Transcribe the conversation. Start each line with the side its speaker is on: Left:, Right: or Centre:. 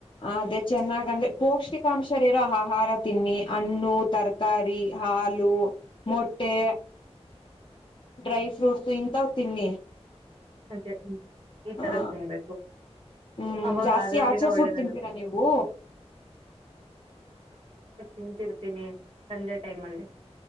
Left: ಅದೇ ಚೆನ್ನಾಗಂದ್ರೆ ಪೌಷ್ಟಿಕಾಂಶರಿರೋ ಆಹಾರ ತಿನ್ನಿ ಹಣ್ಣು ತರಕಾರಿ ಹಾಲು ಮೊಟ್ಟೆ ಡ್ರೈ ಫ್ರೂಟ್ಸು ಇಂತವು ತಿನ್ನಿ
Right: ಅದೇ ಹ್ಮ್ ಈ ತರದ
Left: ಆ
Right: ತಿನ್ಬೇಕು
Left: ಹ್ಮ್
Right: ಅವಾಗ
Left: ಜಾಸ್ತಿ
Right: ಆರೋಗ್ಯನ
Left: ಆಚೆ
Right: ಒಳ್ಳೇದಾಗುತ್ತೆ
Left: ಫುಡ್ ತಿಂತೀರಾ ನೀವು
Right: ನಿಂತಿರ್ತೀನಿ ಸಂಜೆ ಟೈಮ್ ಅಲ್ಲಿ